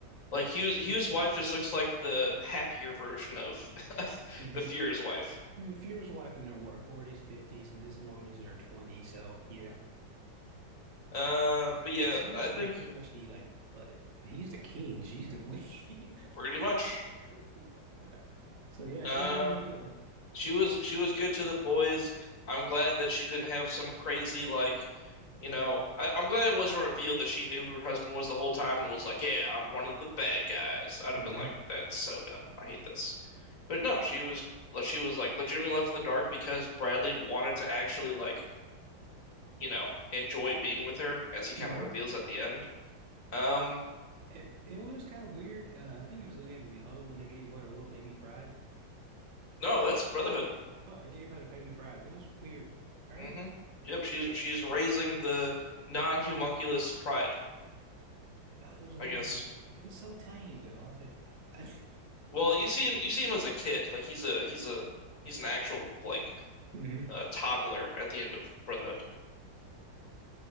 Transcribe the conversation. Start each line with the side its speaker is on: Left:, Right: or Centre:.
Right: She,
Left: Like
Right: she,
Left: Hugh Hugh's wife just looks like the happier version of, <laughs> of
Right: hmm
Left: the Fuhrer's wife.
Right: I mean, the Fuhrer's wife in her what, 40s, 50s, and this woman is in her 20s. So yeah,
Left: Uh, but yeah,
Right: but she is
Left: I
Right: the
Left: think
Right: pretty much the like. Like, if he's the king. She's the queen.
Left: pretty much.
Right: <laughs> So yeah,
Left: Uh,
Right: she's living good.
Left: she was she was good to the boys. I'm glad that she didn't have some crazy like, you know, I, I'm glad it wasn't revealed that she knew who her husband was the whole time and was like, "Yeah, I'm one of the bad guys." I'd
Right: hmm
Left: have been like, "That's so dumb. I hate this." But no, she was like, she was like legitimately left in the dark because Bradley wanted to actually like you know, enjoy being with her as he kind
Right: hmm
Left: of reveals at the end. Um,
Right: It it was kind of weird. Uh, I think it was the end of the O when they gave her a little baby pride.
Left: no, that's Brotherhood.
Right: Oh, it gave her the baby pride. That was weird, right?
Left: hmm Yep, she's she's raising the non-homunculus pride,
Right: That was weird.
Left: I guess.
Right: It was so tiny though. I was like, <laughs>
Left: Well, you see him you see him as a kid, like he's a he's a he's an actual like
Right: hmm
Left: uh, toddler at the end of Brotherhood.